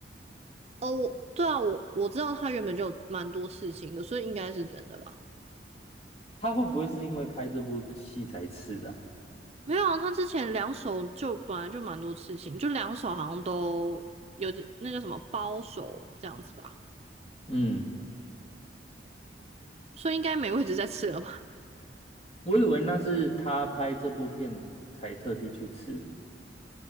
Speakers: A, on the right (about 35°); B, on the left (about 35°).
A: 哦，我对啊，我我知道他原本就有蛮多刺青的，所以应该是真的吧。
B: 他会不会是因为拍这部戏才刺的啊
A: 没有啊，他之前两手就本来就蛮多事情，就两手好像都有点那叫什么包手这样子吧，
B: 嗯，
A: 所以应该没位置再吃了吧？
B: 我以为那是他拍这部片才特地去刺的